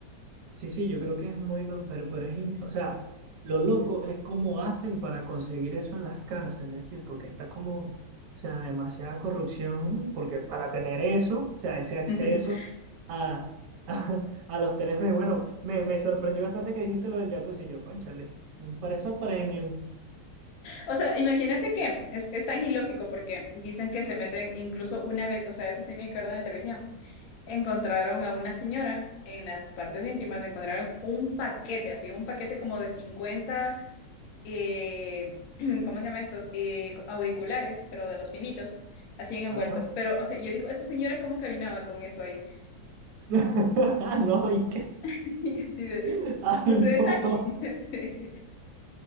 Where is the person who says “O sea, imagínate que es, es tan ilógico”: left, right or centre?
Left